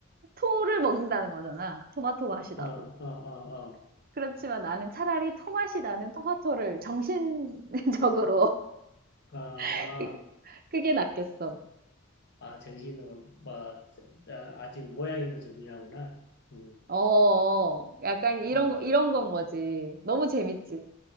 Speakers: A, on the right; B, on the left.
A: 토를 먹는다는 거잖아. 토마토 맛이
B: 어,
A: 나도.
B: 어, 어, 어.
A: 그렇지만 나는 차라리 토 맛이 나는 토마토를 정신적으로
B: 아.
A: <laughs> 그게 낫겠어.
B: 아, 정신으로, 뭐, 아, 아직 모양이 더 중요하구나. 음,
A: 어 어. 약간 이런,
B: 아,
A: 거- 이런 건 거지. 너무 재밌지.